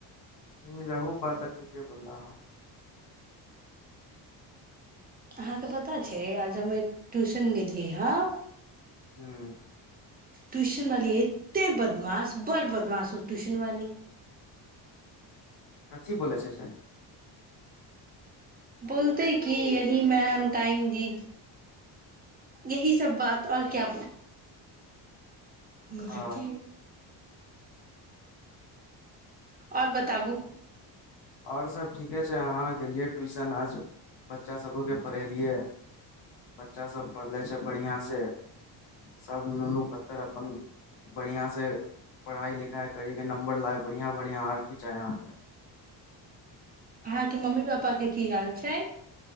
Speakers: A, on the left (about 65°); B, on the right (about 20°).
A: ह यहूब बात तऽ ठीके बोला है
B: अहाँके पता छै आज हम एक ट्यूशन गेलियै हँ
A: हँ
B: ्यूशन वाली एते बदमाश बड़ बदमाश हो ्यूशन वाली
A: कथी ब छै से
B: बोलते की यही मैम टाइम दी यह सब बात आऔर क्या घ
A: ह
B: बत आओर बताबू
A: आओर सभ ठीके छै अहाँ गेलियै ट्यूशन आज बच्चाभोकके पढ़ेलियै बच्चासभ पढ़लै छै बढ़िआँसँ सभ नुनू पत्तर अपन बढ़िआँसँ पढ़ाइ लिखाइ कर कऽ नम्बर लाब बढ़िआँ बढ़िआँ आओर की चाही अहाँकेँ
B: अहाँके मम्मी पापा के की हाल छै